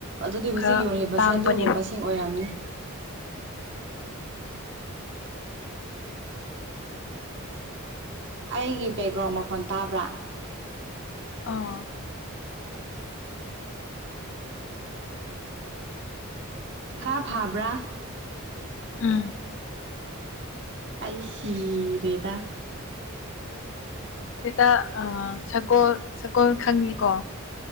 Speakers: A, on the right; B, on the left.
A: ꯑꯗꯨꯗꯤ ꯍꯧꯖꯤꯛ
B: ꯈꯔ
A: ꯌꯣꯜꯂꯤꯕꯁꯦ
B: ꯇꯥꯡꯕꯅꯦꯕ
A: ꯑꯗꯨꯒꯨꯝꯕꯁꯤꯡ ꯑꯣꯏꯔꯝꯅꯤ
B: ꯎꯝ
A: ꯑꯩꯒꯤ ꯕꯦꯛꯒ꯭ꯔꯥꯎꯟ ꯃꯈꯣꯟ ꯇꯥꯕ꯭ꯔꯥ
B: ꯑꯥ
A: ꯈꯔ ꯐꯥꯕ꯭ꯔꯥ
B: ꯎꯝ
A: ꯑꯩ ꯁꯤꯔꯦꯗ
B: ꯁꯤꯗꯥ ꯑꯥ ꯁꯒꯣꯜ ꯁꯒꯣꯜ ꯈꯪꯉꯤꯀꯣ